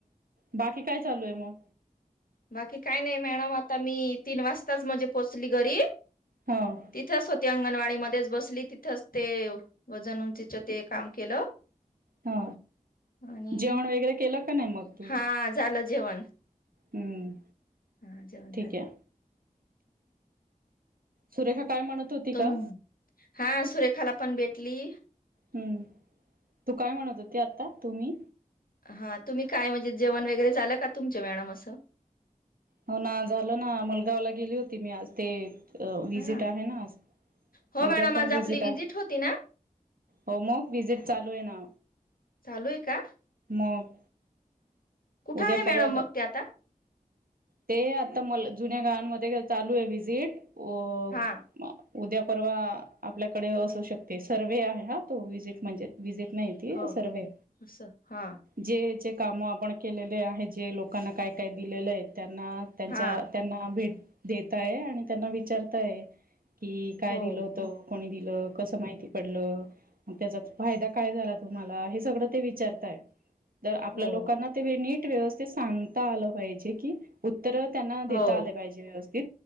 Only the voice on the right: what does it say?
बाकी काय चालू आहे मग?
हां.
हा
जेवण वगैरे केलं का नाही मग तुम्ही
हम्म
ठीक
आहे. सुरेखा काय म्हणत होती का?
हम्म, तू काय म्हणत होते आता तुम्ही,
हो ना झालं ना मुलगावला गेली होती, मी आज ते अ विजिट
आहे ना आज
उद्या पण
विजिट आहे.
हो मग विजिट चालू आहे ना,
मग
उद्या
परवा
ते आता म जुन्या गावांमध्ये चालू आहे, वि्जिट. अ
उद्या परवा आपल्याकडे असू शकते, सर्वहे आहे हा तो विजिट म्हणजे विजिट नाही.
हॆ सरवे
जे जे कामं आपण केलेले आहे जे लोकांना काय काय दिलेलं आहे त्यांना त्यांच्या
त्यांना भेट देतय आणि त्यांना विचारताय की काय
दिल होतो. कोणी दिलं कसं माहिती पडलं. मग त्याचा फायदा काय झाला तुम्हाला हे सगळं ते विचारताय. अ आपल्या
लोकांना ते, नीट व्यवस्थित सांगता आलं पाहिजे की उत्तर त्यांना देता
आले पाहिजे, व्यवस्थित